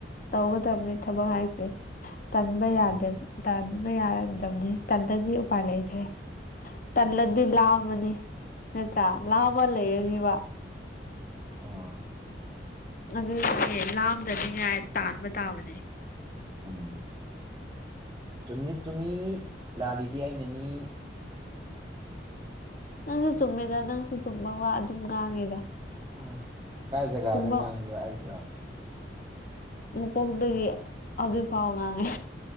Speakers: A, on the left (about 45°); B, on the right (about 25°).
A: ꯇꯧꯒꯗꯕꯅꯤ ꯊꯕꯛ ꯍꯥꯏꯁꯦ ꯇꯟꯕ ꯌꯥꯗꯦ
B: ꯎꯝ
A: ꯇꯟꯕ ꯌꯥꯔꯗꯕꯅꯤ ꯇꯟꯗꯗꯤ ꯎꯄꯥꯏ ꯂꯩꯈ꯭ꯔꯦ ꯇꯜꯂꯗꯤ
B: ꯑꯥ
A: ꯂꯥꯝꯃꯅꯤ ꯅꯇ ꯂꯥꯝꯃ ꯂꯩꯔꯅꯤꯕ
B: ꯑꯥ
A: ꯑꯗꯨꯗꯤ
B: ꯑꯁ
A: ꯂꯥꯝꯗꯅꯤꯉꯥꯏ ꯇꯥꯟꯕ ꯇꯥꯕꯅꯦ
B: ꯎꯝ ꯆꯨꯝꯃꯤ ꯆꯨꯝꯃꯤ ꯂꯥꯜꯂꯤꯗꯤ ꯑꯩꯅꯅꯤ
A: ꯅꯪꯁꯨ ꯆꯨꯝꯃꯦꯗ ꯅꯪꯁꯨ ꯆꯨꯝꯕ ꯋꯥ ꯑꯗꯨꯝ ꯉꯥꯡꯉꯦꯗ
B: ꯑ ꯀꯥꯏ ꯖꯒꯥꯗ
A: ꯆꯨꯝꯕ
B: ꯉꯥꯡꯕ꯭ꯔꯥ ꯑꯩꯗꯣ
A: ꯃꯀꯣꯛꯇꯒꯤ ꯍꯧꯖꯤꯛ ꯐꯥꯎ ꯉꯥꯡꯉꯦ